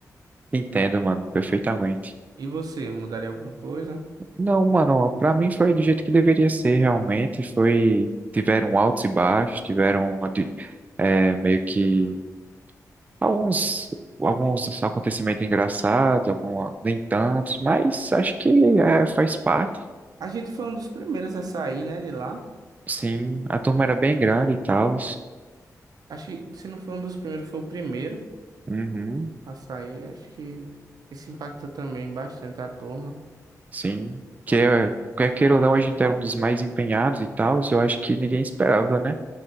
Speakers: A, on the right; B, on the right.
A: Entendo, mano, perfeitamente.
B: E você, mudaria alguma coisa?
A: Não, mano, pra mim foi do jeito que deveria ser, realmente. Foi, tiveram altos e baixos, tiveram adi- é, meio que alguns, alguns acontecimentos engraçados, algum, nem tantos, mas acho que é, faz parte.
B: A gente foi um dos primeiros a sair, né, de lá.
A: Sim, a turma era bem grande e tal.
B: Acho que se não foi um dos primeiros, foi o primeiro
A: Uhum,
B: a sair. Acho que isso impactou também bastante a turma.
A: sim. Que, é- quer queira ou não, a gente era um dos mais empenhados e tal. Eu acho que ninguém esperava, né?